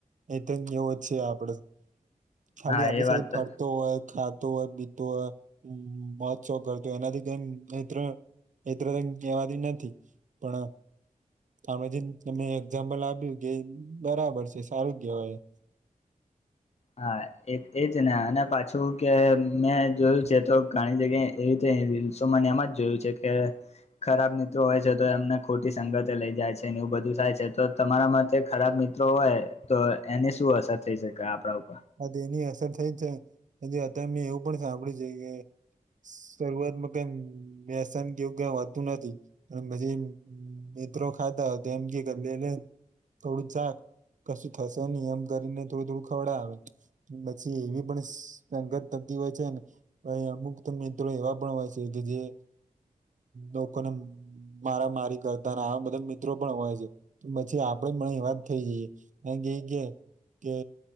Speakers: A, on the right; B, on the left.
A: એ તો એવો જ છે આપડો ખાલી
B: હા
A: આપડી
B: એ
A: સાથે
B: વાત તો
A: ફરતો હોય. ખાતો હોય પીતો હોય મહોત્સવ કરતો હોય એનાથી કઈ ત્ર એત્ર તો કવાતી નથી પણ આપણા જે તમે એક્ઝામ્પલ આપ્યું કે બરાબર છે સારું કેવાય એ <unintelligible>
B: હા એ એજ ને અને પાછું કે મેં જોયું છે તો ઘણી જગ્યાએ એવી મન એમ જ જોયું છે કે ખરાબ મિત્રો હોય છે તો એમને ખોટી સંગતે લઇ જાય છે. એ બધું થાય છે તો તમારા માટે ખરાબ મિત્રો હોય તો એને શું અસર થઈ શકે આપણાર.
A: આ તેની અસર થઈ છે પજ અત્યારે મેં એવું પણ સાંભળ્યું છે કે શરૂઆતમાં ક મેસાાન કેવું ક હોતું નથી અને પછી મિત્રો ખાતા હો તો એમ કે લે લ થોડું જક કશું થશે નહ એમ કરીને થોડું થોડું ખવડાવે. પછી એવી પણ સંગત થતી હોય છે ને પછ અમુક મિત્રો એવા પણ હોય. કે જે લોકોને મારા મારી કરતા આવા બધા મિત્રો પણ હોય છે પછી આપડે મને એ વાત થઈ જઈએ. એ ગ કે